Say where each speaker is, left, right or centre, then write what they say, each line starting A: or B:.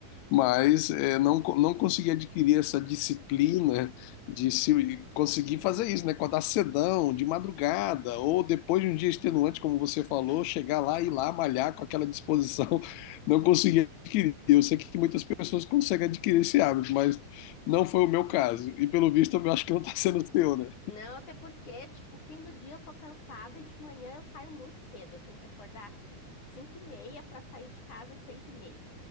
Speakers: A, on the left; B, on the left.
A: mas eh, não, co- não consegui adquirir essa disciplina de se, conseguir fazer isso, né? Acordar cedão, de madrugada, ou depois de um dia extenuante, como você falou, chegar lá e ir lá malhar com aquela disposição não consegui adquirir. Eu sei que muitas pessoas conseguem adquirir esse hábito, mas não foi o meu caso. E pelo visto, eu acho que não está sendo o seu, né?
B: Não, até porque, tipo, fim do dia eu tô cansada e de manhã eu saio muito cedo. Eu tenho que acordar 5 e meia para sair de casa às 6 e meia.